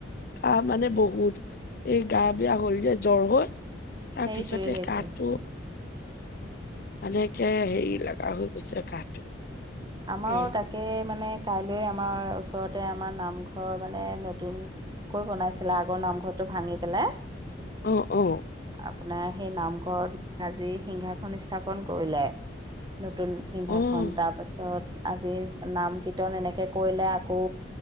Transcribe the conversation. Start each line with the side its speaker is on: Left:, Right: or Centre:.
Left: গা মানে বহুত এই গা বেয়া হ'ল যে জ্বৰ হৈ' তাৰ
Right: সেইটোৱে
Left: পিছতে
Right: সেইটোৱে
Left: কাহটো। মানে একে হেৰি লগা হৈ গৈছে কাহটো।
Right: আমাৰো
Left: উম,
Right: তাক। তাকে মানে কাইলে আমাৰ ওচৰতে আমাৰ নামঘৰ মানে নতুন। কৈ বনাইছিলে আগৰ নামঘৰটো ভাঙি পেলাই
Left: অ অ
Right: আপোনাৰ সেই নামঘৰত আজি সিংহাসন স্থাপন কৰিলে। নতুন সিংহাসন
Left: অ',
Right: তাৰপাছত আজি নাম কীৰ্তন এনেকে কৰিলে আকৌ।